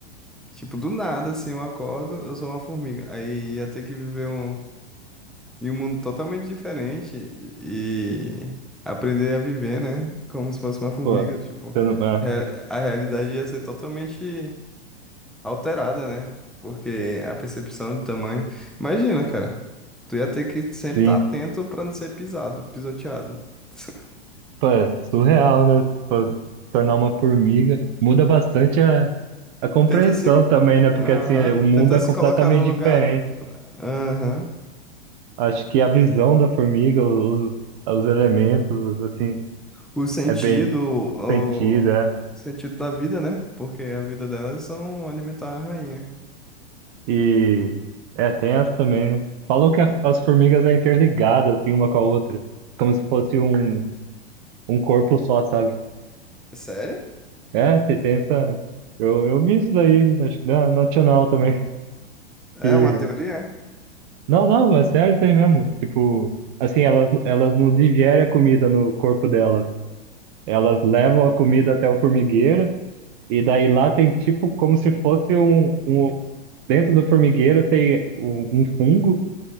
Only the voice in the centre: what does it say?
Tipo, do nada, assim, eu acordo, eu sou uma formiga. Aí ia ter que viver um, em um mundo totalmente diferente e aprender a viver, né? Como se fosse uma formiga,
tipo,
re- a realidade ia ser totalmente alterada, né? Porque a percepção de tamanho. Imagina, cara, tu ia ter que sempre
estar atento pra não ser pisado, pisoteado. <laughs>
Tenta se.
Aham.
Tenta
se colocar no lugar.
pra- Aham.
O sentido.
O...
o
sentido da vida, né? Porque a vida delas são alimentar a rainha.
Sério?
É
uma teoria?